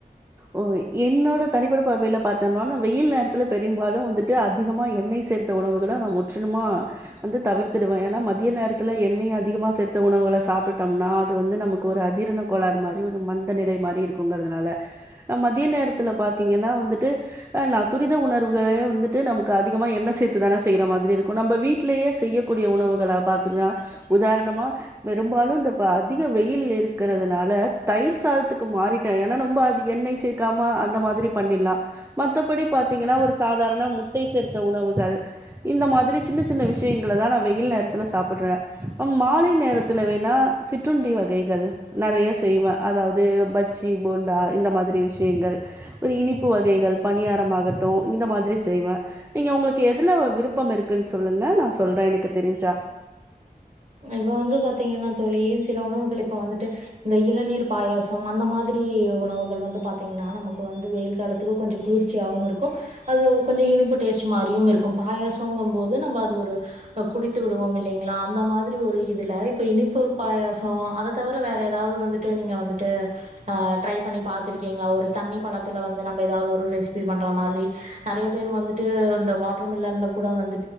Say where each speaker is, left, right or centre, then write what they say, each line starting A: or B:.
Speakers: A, on the right; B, on the right.
A: ஓ என்னோட தனிப்பட்டட பார்வையில பார்த்தேனோன வெயில் நேரத்துல பெரும்பாலும் வந்துட்டு அதிகமா எண்ணெய் சேர்த்த உணவுகள நம்ம முற்றிலுமா வந்து தவிர்த்துடுவே ஏனா மதிய நேரத்துல எண்ணெய் அதிகமா சேர்த்த உணவுள சாப்டுட்டோம்னா அது வந்து நமக் ஒரு அஜீர்ண கோளார் மாரி ஒரு மந்த நிலை மாதிரி இருக்குங்குரதால மதிய நேரத்துல பாார்த்தீங்கன்னா வந்துட்டு ஆஹ் நான் துரித உணர்வுகளே வந்துட்டு நமக்கு அதிகமா எண்ணெய் சேர்த்து தானே செய்யற மாதிரி இருக்கும் நம்ம வீடலேயே செய்யக்கூடிய உணவுகளை பாார்த்தீங்கன்னா உதாரணமா பெரும்பாலும் இந்தப்ப அதிக வெயில் இருக்கிறதுனால தயிர் சாதத்துக்கு மாறிட்டேன் ரெம்ப அது எண்ணெய் சேர்க்காம அந்த மாதிரி பண்ணிடலாம் மத்தபடியி பாத்தீங்கன்னா ஒரு சாதாரண முட்டை சேருத்த உணவுகள் இந்த மாதிரி சின்ன சின்ன விஷயங்கள தான் நான் வெயில் நேரத்துல சாப்பிடுறேன் மாலை நேரத்துல வேணா சிற்றுண்டி வகைகள் நிறைய செய்வேன் அதாவது பச்சி போண்டா இந்த மாதிரி விஷயங்கள் ஒரு இனிப்பு வகைகள் பணியாரமாககட்டும் இந்த மாதிரி செய்வேன் நீங்க உங்களுக்கு எதுல விருப்பம் இருக்குன்னு சொல்லுங்க நான் சொல்றேன் எனக்கு தெரிஞ்சா
B: இப்ப வந்து பாத்தீங்கன்னா தோழ சில உணவுகள் இப்ப வந்துட்டு இந்த இளநீர் பாயாசம் அந்த மாதிரி உணவுகள் வந்து பாத்தீங்கன்னா நமக்கு வந்து வெயில் காலத்துக்கு கொஞ்சம் குளிர்ச்சியாவவும் இருக்கும் அது கஞ்சம் இனிப்பு டேஸ்ட் மாதிரியும் இருக்கும் பாயாசங்கும் போது நம்ம அது குடித்து விடுவோம் இல்லை இல்லைங்களா அந்த மாதிரி இதுல இப்ப இனிப்பு பாயசம் அத தவிர வேற ஏதாவது வந்து நீங்க வந்துட்டு ட்ரை பண்ணி பா்த்திருக்கீங்களா ஒரு தண்ணி பழத்துல வந்து நதாவது ஒரு ரெசிபி பண்ற மாதிரி நிறைய பே வந்துட்டு இந்த வாட்டர் மில்லன்ல கூட வ